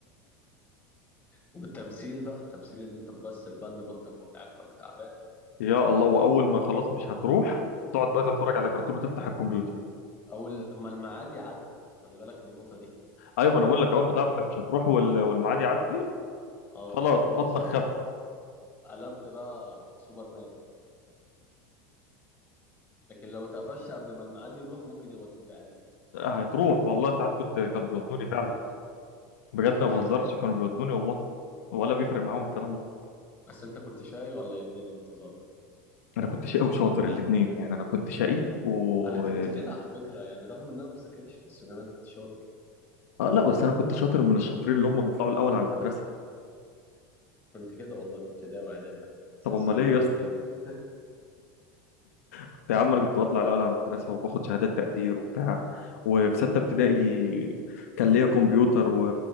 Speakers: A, on the left; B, on the left.
A: والتمثيل بقى التمثيل ان انت تبص البن بطنك وجعاك ولا تعبان
B: يا الله واول ما خلاص مش هتروح تقعد بقى تتفرج على كرتون وتفتح الكمبيوتر
A: او ال- اما الميعاد يعدي خلي بالك من النقطه دي
B: ايوه ما انا بقول لك اول ما تعرف انك مش هتروح وال- والميعاد يعدي
A: اه
B: خلاص
A: خلاص
B: بطنك
A: بقى
B: خف
A: قلبت بقى سوبرمان لكن لو اتقفشت قبل ما الميعاد يروح ممكن يودوك عادي
B: هتروح والله ساعات كنت كانوا بيودوني فعلا بجد
A: <laughs>
B: ما بهزرش
A: ايوه
B: كانوا بيودوني والله ولا بيفرق معاهم الكلام ده
A: بس انت كنت شاي ولا ايه الدنيا وانت صغير
B: انا كنت شقي وشاطر الاثنين يعني انا كنت شقي و
A: انا كنت كده على فكره يعني رغم ان انا ما بذاكرش بس ان انا كنت شاطر
B: آه لا بس انا كنت شاطر من الشاطرين اللي هم بيطلعوا الاول على المدرسه
A: كنت كده والله في ابتدائي واعدادي يا عم بس
B: طب
A: الزمن
B: امال ليه يا
A: دار
B: اسطى
A: بينا بقى
B: كنت يا عم انا كنت بطلع الاول على المدرسه وباخد شهادات تقدير وبتاع وفي سته ابتدائي كان ليا كمبيوتر و...